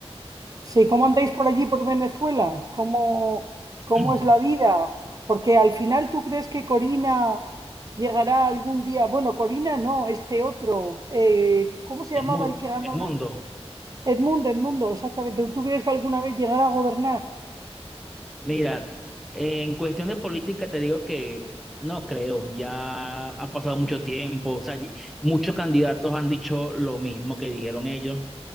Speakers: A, on the right; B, in the centre.
A: Sí, ¿cómo andáis por allí, por Venezuela? ¿Cómo,
B: <clears throat>
A: cómo es la vida? Porque al final tú crees que Corina llegará algún día. Bueno, Corina no, este otro. eh, ¿cómo se
B: El
A: llamaba
B: mundo,
A: el que ganó
B: el mundo.
A: las... Edmundo, Edmundo, exactamente. ¿Tú crees que alguna vez llegará a gobernar?
B: Mira, en cuestión de política te digo que no creo. Ya ha pasado mucho tiempo. O sea, y- muchos candidatos han dicho lo mismo que dijeron ellos.